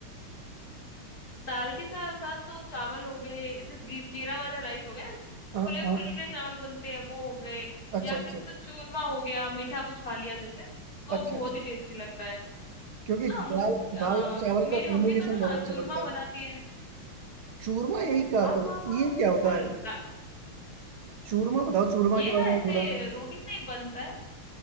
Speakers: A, on the left; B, on the right.
A: दाल के चा, साथ तो चावल हो गए जैसे जी, जीरा वाला राइस हो गया ना जो
B: हाँ
A: खुले खुले
B: हाँ
A: चावल बनते हैं वो हो गए
B: अच्छा
A: या फिर
B: अच्छा
A: जैसे चूरमा हो गया मीठा कुछ खा लिया जैसे तो
B: अच्छा
A: बहुत
B: अच्छा
A: ही टेस्टी लगता है
B: क्योंकि
A: हाँ मुझ
B: दाल
A: हाँ,
B: दाल और
A: क्योंकि
B: चावल
A: मेरी
B: का
A: मम्मी
B: कॉम्बिनेशन
A: तो ना
B: बहुत
A: चूरमा
B: अच्छा बनता
A: बनाती
B: है
A: है
B: चूरमा यही कहा
A: हाँ
B: था
A: हाँ हाँ
B: ये
A: बिल्कुल
B: क्या होता है
A: दा-
B: चूरमा बताओ चूरमा
A: ये
B: के
A: ना
B: बारे में
A: ऐसे
B: थोड़ा
A: रोटी से ही बनता है